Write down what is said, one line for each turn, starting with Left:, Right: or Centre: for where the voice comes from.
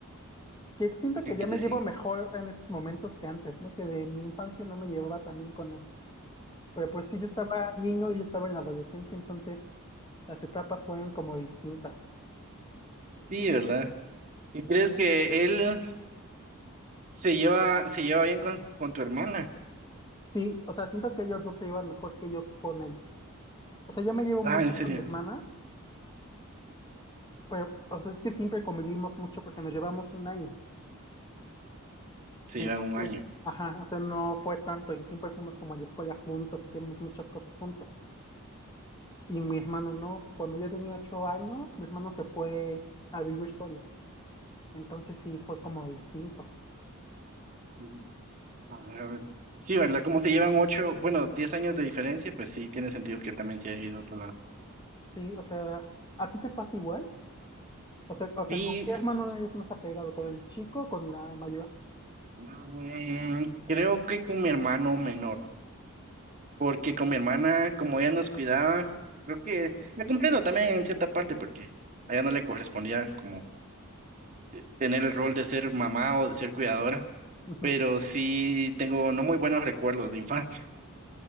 Left: Que siento
Right: qué
Left: que ya me
Right: te decía
Left: llevo mejor en estos momentos que antes, ¿no? Que de mi infancia no me llevaba también con él. Pero pues sí, yo estaba niño y él estaba en la adolescencia, entonces las etapas fueron como distintas.
Right: Sí, ¿verdad? ¿Y crees que él se lleva, se lleva bien con, con tu hermana?
Left: Sí, o sea, siento que ellos dos se llevan mejor que yo con él. O sea, yo me llevo
Right: Ah,
Left: muy bien
Right: en serio,
Left: con mi hermana, Pero, o sea, es que siempre convivimos mucho porque nos llevamos un año.
Right: se
Left: Entonces,
Right: llevan un año.
Left: ajá, o sea, no fue tanto y siempre fuimos como a la escuela juntos, hicimos muchas cosas juntos. Y mi hermano no. Cuando yo tenía ocho años, mi hermano se fue a vivir solo. Entonces sí fue como distinto.
Right: Mm, a ver, Sí, ¿verdad? Como se llevan 8 bueno, 10 años de diferencia, pues sí, tiene sentido que él también se haya ido a otro lado.
Left: Sí, o sea, ¿a ti te pasa igual? O sea, o sea,
Right: Sí,
Left: ¿con qué hermano eres más apegado? ¿Con el chico o con la mayor?
Right: Mm, creo que con mi hermano menor, porque con mi hermana, como ella nos cuidaba, creo que la comprendo también en cierta parte, porque a ella no le correspondía como te- tener el rol de ser mamá o de ser cuidadora,
Left: Ujú.
Right: pero sí tengo no muy buenos recuerdos de infancia.